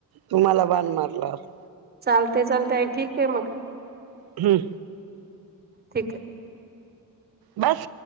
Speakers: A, on the right; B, on the right.
A: तू मला बाण मारलास-
B: चालतय चालतय आई ठीक आहे मग,
A: हम्म,
B: ठीक आहे.
A: बस,